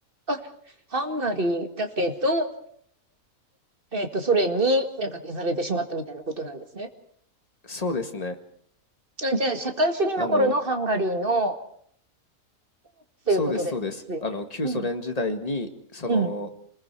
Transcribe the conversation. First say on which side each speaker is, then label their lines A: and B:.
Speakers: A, on the right; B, on the left.
A: あ、ハンガリーだけど、えっと、ソ連になんか消されてしまったみたいなことなんですね。
B: そうですね。
A: あ、じゃあ、社会主義の頃のハンガリーの、
B: あの、
A: っていうことですよね。
B: そうですそうです。あの、旧ソ連時代に、
A: うん、
B: その
A: うん、